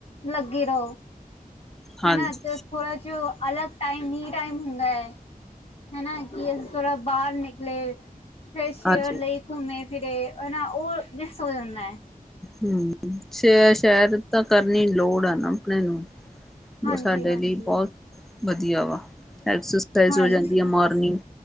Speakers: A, on the left (about 40°); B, in the centre.
A: ਲੱਗੇ ਰੋ।
B: ਹਾਂਜੀ
A: ਹੈਨਾ ਤੇ ਥੋੜ੍ਹਾ ਚੋ ਅਲੱ ਟਾਈਮ ਈ ਟਾਈਮ ਹੁੰਦਾ ਏ ਹਨਾ ਕੀ ਅਸੀ ਥੋੜਾ ਬਾਰ ਨਿਕਲੇ ਫੇਸਿਅਰ
B: ਹਾਂਜੀ
A: ਲਈ ਘੁੰਮੇ-ਫਿਰੇ ਹਨਾ ਓ ਮਿਸ ਹੋ ਜਾਂਦੈ।
B: ਹੂੰ ਸ ਸੈਰ ਤਾਂ ਕਰਨੀ ਲੋੜ ਐ ਨਾ <unintelligible> ਨੂੰ। ਜੋ
A: ਹਾਂਜੀ
B: ਸਾਡੇ
A: ਹਾਂਜੀ
B: ਲਈ ਬੋ ਵਧੀਆ ਵਾ, ਐਕਸਸਈਜ਼
A: ਹਾਂਜੀ
B: ਹੋ ਜਾਂਦੀ ਆ ਮੋਰਨਿੰਗ,